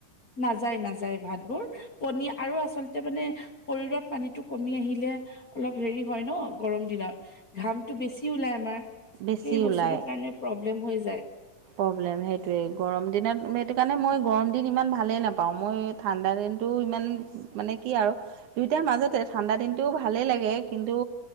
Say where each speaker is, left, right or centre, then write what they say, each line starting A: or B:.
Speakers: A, on the left; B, on the right.
A: নাযায় নাযায় ভাতবোৰ পনীৰ আৰু আচলতে মানে। শৰীৰত পানীটো কমি আহিলে অলপ হেৰি হয় ন গৰম দিনত ঘামটো বেছি ওলাই আমাৰ। সেই
B: বেছি ওলায়
A: বস্তুটোৰ কাৰণে প্ৰব্লেম হৈ যায়।
B: প্ৰব্লেম সেইটোৱেই গৰম দিনত সেইটো কাৰণে মই গৰম দিন ইমান ভালেই নাপাওঁ মই ঠাণ্ডা দিনটো। ইমান মানে কি আৰু দুইটাৰ মাজতে ঠাণ্ডা দিনটো ভালেই লাগে কিন্তু।